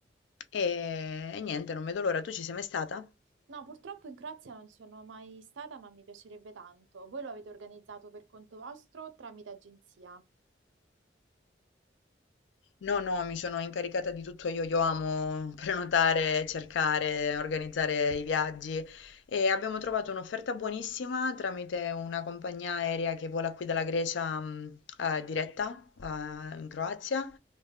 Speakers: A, on the left (about 80°); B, on the right (about 85°).
A: E, e niente, non vedo l'ora. Tu ci sei mai stata?
B: No, purtroppo in Croazia non sono mai stata, ma mi piacerebbe tanto. Voi lo avete organizzato per conto vostro o tramite agenzia?
A: No, no, mi sono incaricata di tutto io, io amo <laughs> prenotare, cercare, organizzare i viaggi e abbiamo trovato un'offerta buonissima tramite una compagnia aerea che vola qui dalla Grecia mh, eh, diretta eh, in Croazia